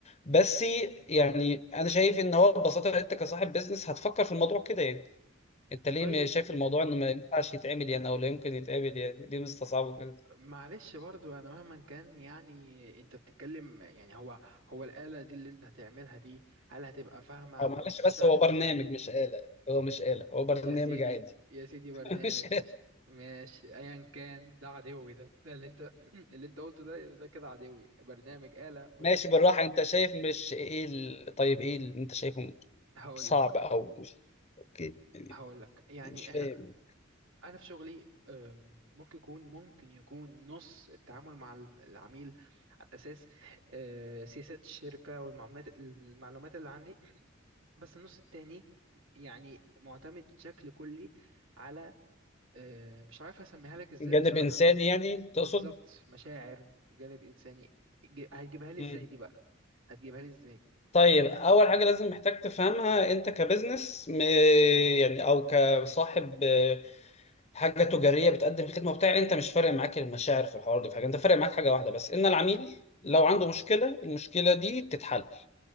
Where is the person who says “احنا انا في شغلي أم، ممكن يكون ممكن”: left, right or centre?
Right